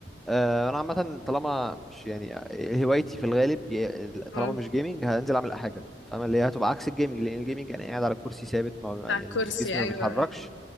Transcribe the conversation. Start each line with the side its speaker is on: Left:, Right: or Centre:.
Centre: آه، انا عامه طالما مش يعني آه، هوايتي في الغالب ي- طالما
Left: اه
Centre: مش جيمنج هنزل اعمل حاجه فاهم اللي هي هتبقى عكس الجيمنج لان الجيمنج انا قاعد على كرسي ثابت ما
Left: قاعد على
Centre: يعني
Left: الكرسي
Centre: جسمي
Left: أيوه
Centre: ما بيتحركش
Left: أيوه